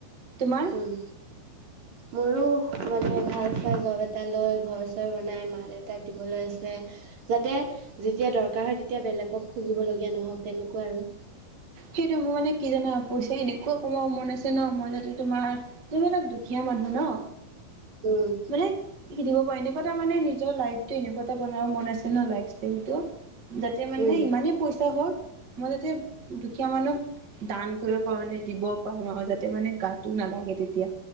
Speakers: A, on the right; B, on the right.
A: তোমাৰ
B: উম, মোৰো মানে ভাল চাই জব এটা লৈ ঘৰ চৰ বনাই মা, দেউতাক দিবলৈ আছে যাতে যেতিয়া দৰকাৰ হয়, তেতিয়া বেলেগক খুজিব লগীয়া নহওঁক তেনেকোৱা আৰু
A: সেইটোৱে মোৰ মানে কি জানা? পইচা এনেকুৱা কমাব মন আছে ন, মই যাতে তোমাৰ জোনবিলাক দুখীয়া মানুহ ন
B: উম
A: মানে সেইখিনিক দিব পাৰিলে মই তামানে নিজৰ লাইফটো এনেকোৱা এটা বনাব মন আছে ন লাইফষ্টাইল টো যাতে মানে
B: উম
A: ইমানেই পইচা হওঁক মই যাতে দুখীয়া মানুহক দান কৰিব পাৰো মানে দিব পাৰো আৰু যাতে মানে গাটো নালাগে তেতিয়া।